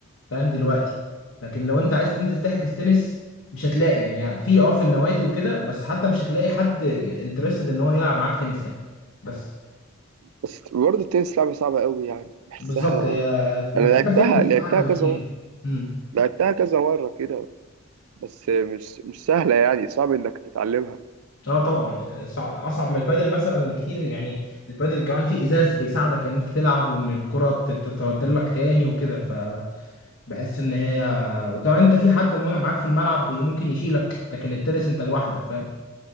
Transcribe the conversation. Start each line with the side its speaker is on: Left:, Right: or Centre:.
Left: فاهم دلوقتي لكن لو انت عايز
Right: مم.
Left: تنزل تحجز تنس مش هتلاقي يعني في اه في النوادي وكده بس حتى مش هتلاقي حد انترستد ان هو يلعب معاك تنس يعني بس
Right: بس برضه التنس لعبه صعبه قوي يعني بحسها
Left: بالظبط هي في-
Right: انا
Left: محتاجه
Right: لعبتها
Left: فتنس
Right: لعبتها
Left: اعلى بكتير
Right: كذا مره
Left: امم
Right: لعبتها كذا مره كده بس مش مش سهله يعني صعب انك تتعلمها
Left: اه طبعا صع- اصعب من البادل مثلا بكتير يعني البادل كمان فيه ازاز بيساعدك ان انت تلعب وان الكره تتردل لك تاني وكده فبحس ان هي وكمان انت في حد معاك في الملعب بي- ممكن يشيلك لكن التنس انت لوحدك فاهم